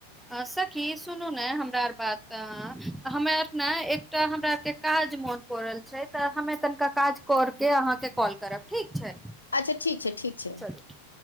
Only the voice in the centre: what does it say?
आ सखी सुनू ने हमरा आर बात तऽ हम्मे आर ने एकटा हमरा आर के काज मोन पड़ल छै तऽ हमे तनका काज करके अहाँके कॉल करब ठीक छै।
चलु ठी